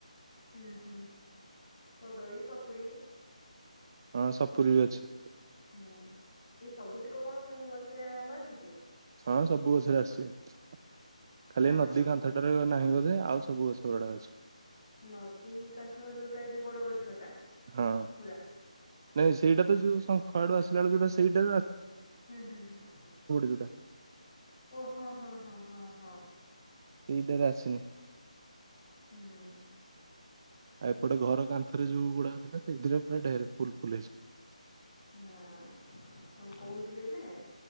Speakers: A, on the left; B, on the right.
A: ହୁଁ ହୁଁ କଦଳୀ, ସପୁରୀ
B: ହଁ ସପୁରୀ ବି ଅଛି।
A: ହୁଁ ଏଇ ସବୁତିକ କଣ ଉଁ ଗଛରେ ଆମ୍ବ ଆସିଛି।
B: ହଁ ସବୁ ଗଛରେ ଆସିଚି। ଖାଲି
A: ମାଙ୍କଡ
B: ନଦୀ କାନ୍ଥଟାରେ ନାହିଁ ବୋଧେ ଆଉ ସବୁ ଗଛ ଗୁଡା ଅଛି।
A: ନଦୀ କାନ୍ଥ ଯୋଉଟା ଏଇ ଯୋଉ ବଡ ଗଛ ଟା ପୁରା।
B: ହଁ। ନାଇଁ ସେଇଟା
A: ହଁ ହଁ
B: ତ ଯୋଉ ଶଙ୍ଖ ଆଡୁ ଆସିଲାବେଳେ ଯୋଉଟା ସେଇଟା
A: ହୁଁ, ହୁଁ, ହୁଁ
B: ଯୋଉଟା
A: ଓ ହୋ ହଁ, ହଁ, ହଁ, ହଁ, ହଁ।
B: ଏଇଟାରେ ଆସିନି।
A: ହୁଁ
B: ଆଉ ଏପଟେ
A: ଓ
B: ଘର କାନ୍ଥରେ ଯୋଉ ଗୁଡାକ ଥିଲା ସେଇଥିରେ ପୁରା ଢେର ଫୁଲ୍ ଫୁଲ୍ ହେଇଛି।
A: ହଁ ହଁ କହୁଥିଲେ ଯେ